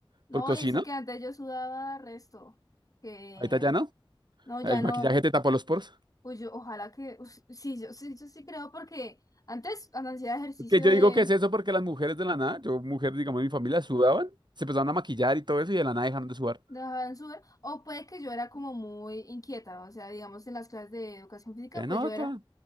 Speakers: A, on the left (about 40°); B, on the right (about 55°).
A: No,
B: porque
A: y
B: si
A: eso
B: no,
A: que antes yo sudaba resto, que
B: ahorita ya no,
A: no, ya
B: el
A: no.
B: maquillaje te tapó los poros.
A: Pues yo, ojalá que, ush, sí, yo sí, yo sí creo porque antes cuando hacía ejercicio
B: Que yo
A: en
B: digo que es eso porque las mujeres de la nada, yo, mujer digamos, de mi familia sudaban, se empezaron a maquillar y todo eso y de la nada dejaron de sudar.
A: dejaban sudar, o puede que yo era como muy inquieta, o sea, digamos en las clases de educación física,
B: Se
A: pues
B: nota.
A: yo era,